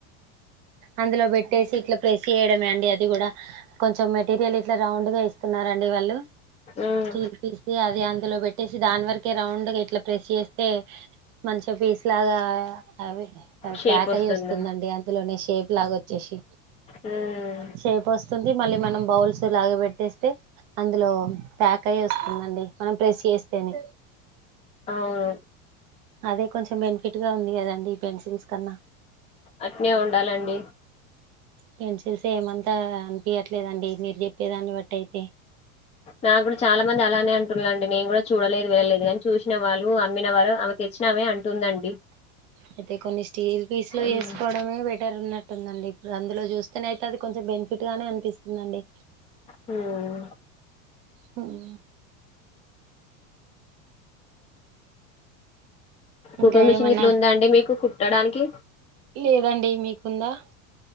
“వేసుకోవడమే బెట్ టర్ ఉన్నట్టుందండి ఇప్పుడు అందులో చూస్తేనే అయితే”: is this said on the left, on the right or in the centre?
Right